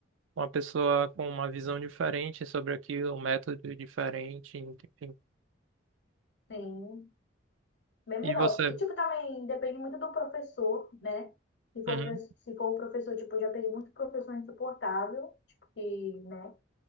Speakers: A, on the right (about 80°); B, on the left (about 60°).
A: uma pessoa com uma visão diferente sobre aquilo, um método diferente, enfim.
B: sim, bem melhor.
A: E você?
B: E, tipo, também depende muito do professor, né? Se for,
A: Uhum.
B: pra- se for o professor, tipo, eu já peguei muito professor insuportável, tipo, que, né?